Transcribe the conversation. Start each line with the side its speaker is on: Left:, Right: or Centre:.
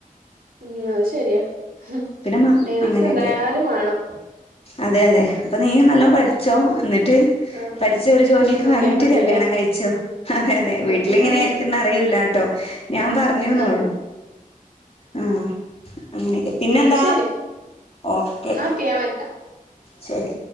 Right: ഉം അഹ് ശരിയാ ഉം
Left: പിന്നെ മ
Right: ഏണിംസ്
Left: അങ്ങനെയൊക്കെ
Right: എന്തായാലും വാണം.
Left: അതെ അതെ. അപ്പ നീയും നല്ലോ പഠിച്ചോ ന്നട്ട്
Right: ആഹ്
Left: പഠിച്ച് ഒരു ജോലിയൊക്കെ
Right: നോക്കിയാ
Left: വാങ്ങിട്ട്
Right: മതില്ലേ
Left: കല്യണം കഴിച്ചോ. അതെ അതെ വീട്ടിലെങ്ങനെയിരിക്കുംന്ന്
Right: ആഹ്
Left: അറിയൂലാട്ടോ. ഞാൻ പറഞ്ഞൂന്നൊള്ളു.
Right: ആഹ്
Left: ആഹ് അങ്ങനെക്കെ. പിന്നെന്താ.
Right: എന്നാ ശരി
Left: ഓക്കെ.
Right: എന്നാ ഞാൻ വെക്കാ
Left: ശരി